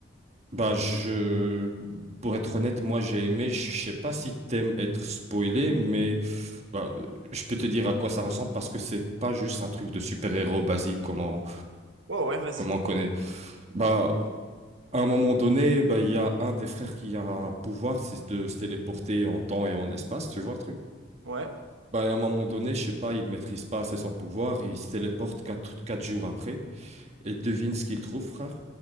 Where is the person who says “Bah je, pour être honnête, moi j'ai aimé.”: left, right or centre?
Right